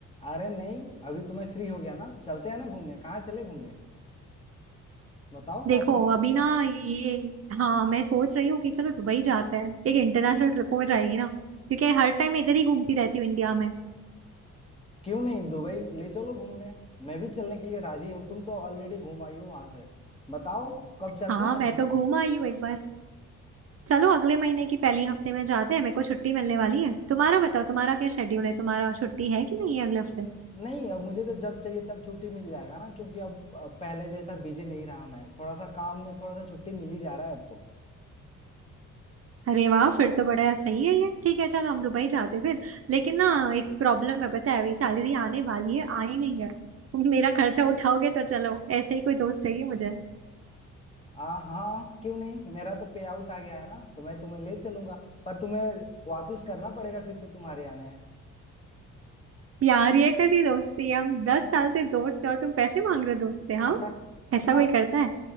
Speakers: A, on the left; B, on the right.
A: अरे नहीं अभी तो मैं फ्री हो गया ना चलते हैं ना घूमने कहाँ चले घूमने बताओ कहाँ
B: देखो
A: चलते हैं
B: अभी ना ये हाँ मैं सोच रही हूँ कि चलो दुबई जाते हैं एक इंटरनेशनल ट्रिप हो जाएगी ना क्योंकि हर टाइम इधर ही घूमती रहती हूँ इंडिया में
A: क्यों नहीं दुबई ले चलो घूमने मैं भी चलने के लिए राजी हूँ तुम तो ऑलरेडी घूम आई हो वहां से बताओ कब चलते
B: हाँ
A: हैं
B: मैं
A: घूमने
B: तो घूम आई हूँ एक बार चलो अगले महीने की पहली हफ्ते में जाते हैं मेरे को छुट्टी मिलने वाली है तुम्हारा बताओ तुम्हारा क्या शेड्यूल है तुम्हारा छुट्टी है कि नहीं है अगले हफ्ते
A: नहीं अब मुझे तो जब चाहिए तब छुट्टी मिल जाएगा ना क्योंकि अब अब पहले जैसा बिजी नहीं रहा मैं थोड़ा सा काम में थोड़ा सा छुट्टी मिल ही जा रहा है अब तो
B: अरे वाह फिर तो बड़ा सही है ये ठीक है चलो हम दुबई जाते हैं फिर लेकिन ना एक प्रॉब्लम है पता है अभी सैलरी आने वाली है आई नहीं है <laughs> मेरा खर्चा उठाओगे तो चलो ऐसे ही कोई दोस्त चाहिए मुझे
A: आ हाँ क्यों नहीं मेरा तो पे आउट आ गया है ना तो मैं तुम्हें ले चलूंगा पर तुम्हें वापस करना पड़ेगा फिर से तुम्हारे आने हैं।
B: यार ये कैसी दोस्ती है हम दस साल से दोस्त हैं और तुम पैसे मांग रहे हो दोस्त से हाँ
A: <laughs>
B: ऐसा
A: आ-
B: कोई करता है